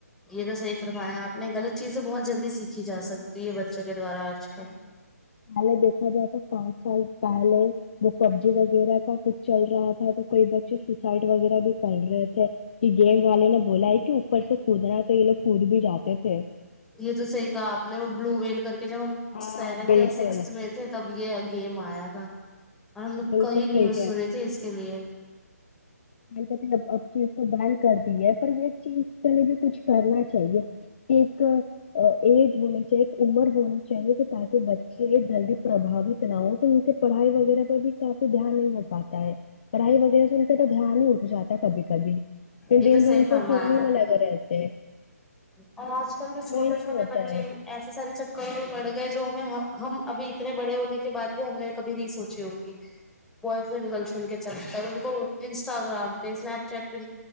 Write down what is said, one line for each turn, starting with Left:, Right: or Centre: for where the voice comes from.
Centre: یہ تو صحیح فرمایا آپ نے غلط چیزیں بہت جلدی سیکھی جا سکتی ہے بچوں کے دوارا آج کل
Left: پے دیکا جائے تو پانچ سال پہے وہ پبجی وغیرہ کا کچھ چل رہا تھا تو کوئی بچے سسائڈ وغیرہ بھی کر رہے تھے کہ گیم والے نے بولا ہے کی پرس سے کودنا ہے تو یہ لوگ کود بھی جاتے تھے
Centre: یہ تو صحیح کہا آپ نے وہ بلو ویل کر کہ جب ہم
Left: ہاں
Centre: سیونتھ
Left: بالکل
Centre: یا سکسھ میں تھے تب یہ گیم آیا تھا اور نے نے
Left: بالکل
Centre: کئی
Left: صحیح
Centre: نیوز سنی تھی اس کے لیے
Left: تے اب اب چیز کو بیل کر دی ہے اور یہ چیز کے لیے بھی کچھ کرنا چاہیے ایک ایج ہونے چاہ ایک عمر ب چاہیے تھے تاکہ بچے یہ دلد پرباوت اتنا ہو تو ان سے پڑھائی وغیرہ کاہ بھی کافی دھیان نہیں ہو پاتا ہے پڑھائی وغیرہ سے تو دھیان ہی اٹھ جاتا کبھی کبھی
Centre: یہ
Left: دین
Centre: تو
Left: بان
Centre: صحیح فرمایا
Left: کو فون ہی
Centre: آپ
Left: ملا کر رہا تھ
Centre: اور آج کل کے چھوٹے
Left: نہیں
Centre: چھوٹے
Left: ہوتا
Centre: بچے
Left: ہے
Centre: ایسے سارے چکروں کے پڑ گئے جو ہمیں ہم ابھی اتنے بڑے ہونے کے بعد بھی ہم نے کبھی نہیں سوچی ہوگی بوائے فرینڈ گرل فرینڈ کے چلتے ان کو انسٹاگرام پہ اسنپ چیٹ پہ